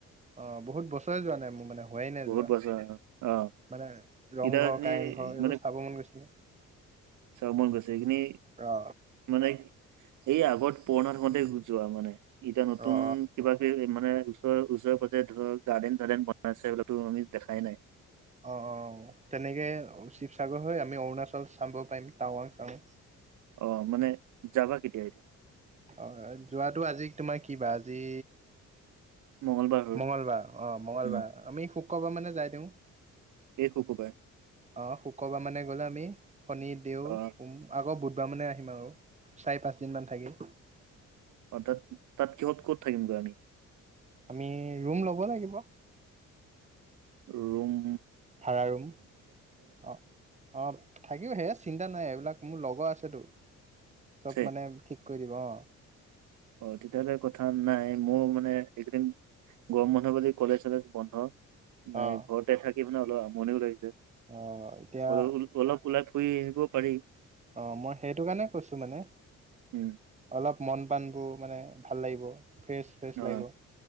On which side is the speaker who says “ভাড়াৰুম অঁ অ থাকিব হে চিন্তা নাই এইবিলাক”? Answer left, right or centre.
Right